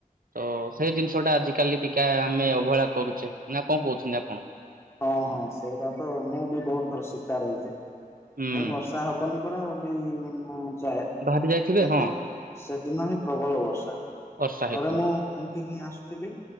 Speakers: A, on the right; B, on the left.
A: ତ ସେଇ ଜିନିଷ ଟା ଆଜିକାଲି ଟିକେ ଆମେ ଅବହେଳା କରୁଛେ ନା କଣ କହୁଛନ୍ତି ଆପଣ।
B: ହଁ ହଁ ସେଇଟା ତ ମୁଁ ବି ବହୁତ ଥର ଶିକାର ହେଇଛି
A: ହୁଁ
B: ହେ ବର୍ଷା ହବନି। ରା ବୋଲି ମୁଁ ଯାଏ
A: ବାହାରି ଯାଇଥିବେ
B: କିନ୍ତୁ
A: ହଁ
B: ସେଦିନ ହିଁ ପ୍ରବଳ ବର୍ଷା।
A: ବର୍ଷା ହେଇଥିବ
B: ଥରେ ମୁଁ ଏମିତି ହିଁ ଆସୁଥିଲି